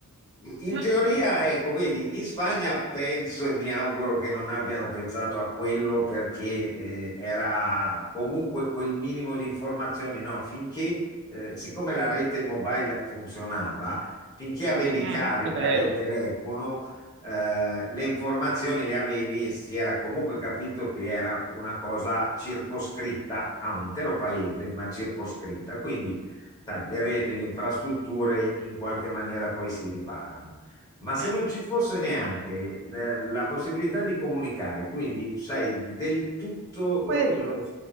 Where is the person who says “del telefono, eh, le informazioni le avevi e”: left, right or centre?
Left